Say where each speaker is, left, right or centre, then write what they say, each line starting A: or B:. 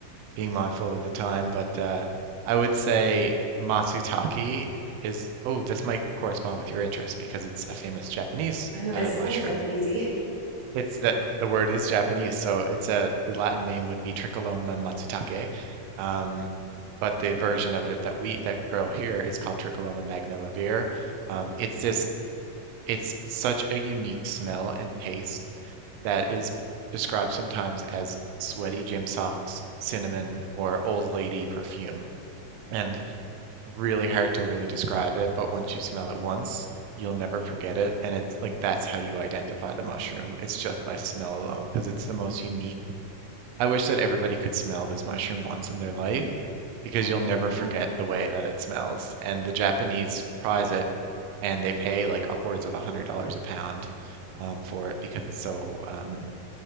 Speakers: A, on the right; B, on the right.
A: being mindful of the time, but uh, I would say matsutake is, oh, this might correspond with your interest because it's a famous Japanese
B: <laughs> I know it
A: uh,
B: sounds
A: mushroom.
B: Japanesey.
A: It's that the word is Japanese, so it's a the Latin name would be Tricholoma matsutake, um, but the version of it that we that grow here is called Tricholoma magnivelare. Um, it's this, it's such a unique smell and taste that is described sometimes as sweaty gym socks, cinnamon, or old lady perfume. And really hard to really describe it, but once you smell it once, you'll never forget it. And it's like that's how you identify the mushroom. It's just by smell alone, because it's the most unique. I wish that everybody could smell this mushroom once in their life, because
B: Oh,
A: you'll never
B: wow.
A: forget the way that it smells. And the Japanese prize it, and they pay like upwards of a $100 a pound um, for it because it's so um,